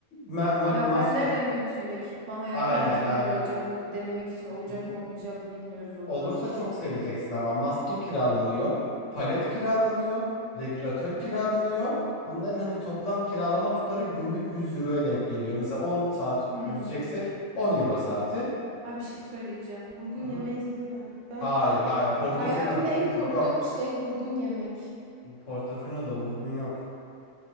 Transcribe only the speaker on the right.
Ya
ben nereden götüreyim ekipman? Hayatımda
bir kere
dalacağım. O da denemek için olacak
mı olmayacak mı bilmiyoruz onu
da.
Evet.
Hmm.
Ay bir şey söyleyeceğim. Vurgun
yemeyiz değil mi? Ben
bak
hayatımda
en korktuğum
şey vurgun yemek.